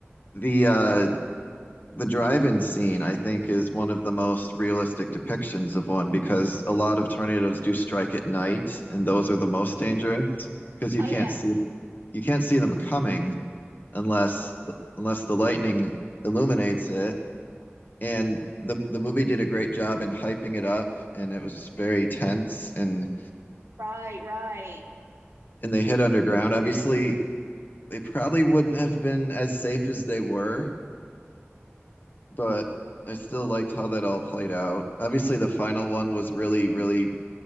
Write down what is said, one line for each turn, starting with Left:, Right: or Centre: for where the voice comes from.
Left: the uh the drive-in scene, I think, is one of the most realistic depictions of one because a lot of tornadoes do strike at night, and those are the most
Right: Yeah.
Left: dangerous because you
Right: Oh
Left: can't
Right: yeah.
Left: see you can't see them coming unless unless the lightning illuminates it. And the the movie did a great job in hyping it up, and it was very tense. and
Right: Right, right.
Left: And they hid underground. Obviously, they probably wouldn't have been as safe as they were, but I still liked how that all played out. Obviously, the final one was really really